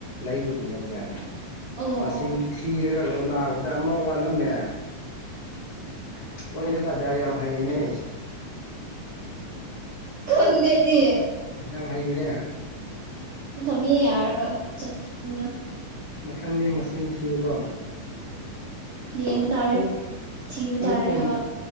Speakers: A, on the left; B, on the right.
A: ꯂꯩꯔꯨꯕꯅꯦꯕ ꯕꯖꯥꯔꯗ
B: ꯑꯣ
A: ꯃꯁꯤꯡ
B: ꯑꯣ
A: ꯊꯤꯔꯒ ꯀꯩꯅꯣ ꯂꯥꯛꯄꯗ ꯑꯃ ꯋꯥꯠꯂꯝꯃꯦ ꯑꯣꯏꯔꯀꯟꯗ ꯌꯥꯝ ꯍꯩꯕꯅꯦ
B: ꯈꯪꯗꯦ ꯑꯩꯗꯤ
A: ꯌꯥꯝ ꯍꯩꯕꯅꯦ
B: ꯃꯤ ꯌꯥꯔꯒ ꯆꯠꯈꯤꯗ
A: ꯃꯊꯪꯗꯤ ꯃꯁꯤꯡ ꯊꯤꯌꯨꯀꯣ
B: ꯌꯦꯡꯂ ꯇꯔꯦ
A: ꯅꯪ
B: ꯊꯤꯕ
A: ꯅꯪ
B: ꯇꯥꯔꯦ
A: ꯊꯣꯡ
B: ꯍꯥꯏꯕ